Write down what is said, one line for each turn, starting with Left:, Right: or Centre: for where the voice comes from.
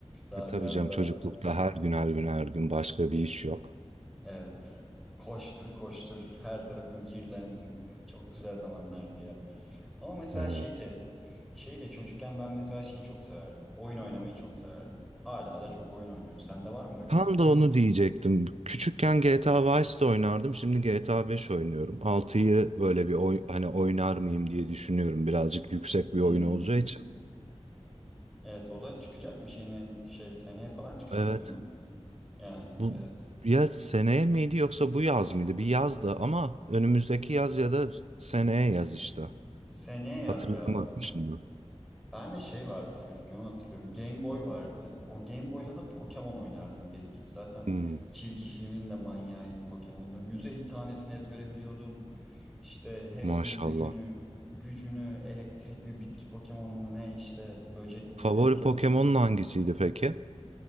Centre: Daha
Right: E tabii
Centre: biraz
Right: canım
Centre: daha
Right: çocuklukta her gün her gün her gün başka bir iş yok.
Centre: evet koştur koştur her tarafın kirlensin. Çok güzel zamanlardı ya. Ama mesela
Right: Evet.
Centre: şey de şey de çocukken ben mesela şeyi çok severdim. Oyun oynamayı çok severdim. Hala da çok oyun oynuyorum. Sende var mı öyle
Right: Tam
Centre: oyun?
Right: da onu diyecektim. Küçükken GTA Vice'de oynardım. Şimdi GTA 5 oynuyorum. Altıyı böyle bir oy- hani oynar mıyım diye düşünüyorum. Birazcık yüksek bir
Centre: Hmm.
Right: oyun olacağı için.
Centre: Evet o da çıkacakmış yeni şey seneye falan çıkacak
Right: Evet.
Centre: değil mi? Yani
Right: Bu
Centre: evet
Right: ya seneye miydi yoksa bu yaz mıydı? Bir yazdı ama önümüzdeki yaz ya da seneye yaz işte.
Centre: seneye yaz
Right: Hatırlayamadım
Centre: galiba.
Right: şimdi.
Centre: Ben de şey vardı çocukken onu hatırlıyorum. Game Boy vardı. O Game Boy'da da Pokemon oynardım deli gibi. Zaten
Right: Hmm,
Centre: çizgi filmin de manyağıydım Pokemon'ların. yüz elli tanesini ezbere biliyordum. İşte hepsinin
Right: maşallah.
Centre: gücünü gücünü elektrik mi bitki Pokemon'u mu ne işte böcek mi
Right: Favori
Centre: ne Pokemon'uysa.
Right: Pokemon'un hangisiydi peki?